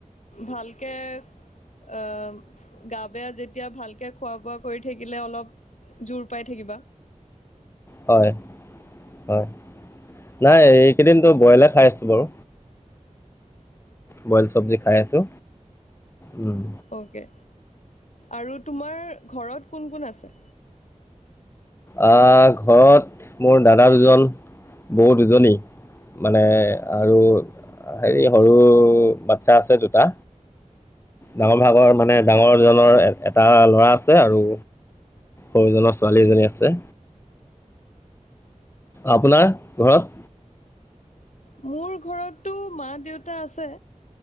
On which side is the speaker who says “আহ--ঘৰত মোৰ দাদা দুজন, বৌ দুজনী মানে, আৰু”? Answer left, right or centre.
Left